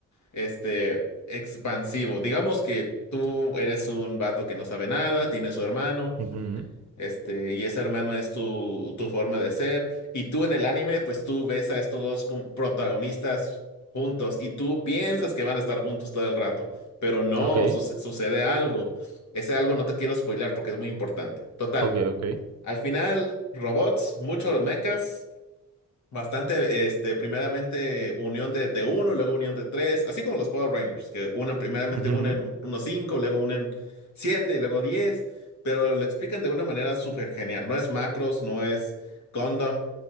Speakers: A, on the left; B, on the right.
A: este, expansivo. Digamos que tú eres un vato que no sabe nada, tiene su hermano,
B: ujú.
A: este, y ese hermano es tu, tu forma de ser, y tú en el anime, pues tú ves a estos dos como protagonistas juntos, y tú piensas que van a estar juntos todo el rato, pero no,
B: Ok,
A: suce- sucede algo. Ese algo no te quiero spoilear porque es muy importante. Total.
B: ok, ok.
A: Al final, robots, muchos mechas, bastante, este, primeramente unión de, de uno, luego unión de tres, así como los Power Rangers, que unen primeramente
B: Ujú,
A: unen unos cinco, luego unen siete y luego diez, pero lo explican de una manera súper genial. No es Macros, no es Gundam,